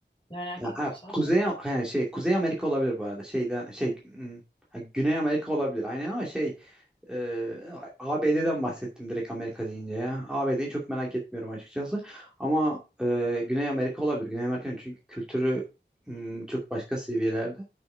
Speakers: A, on the left; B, in the centre.
A: Merak
B: Ya,
A: etmiyorsan
B: ha,
A: sorun
B: Kuzey
A: değil.
B: yani şey Kuzey Amerika olabilir bu arada. Şeyden şey hmm, ha, Güney Amerika olabilir. Aynen ama şey e, ABD'den bahsettim direkt Amerika deyince ya. ABD'yi çok merak etmiyorum açıkçası. Ama e, Güney Amerika olabilir. Güney Amerika'nın çünkü kültürü hmm, çok başka seviyelerde.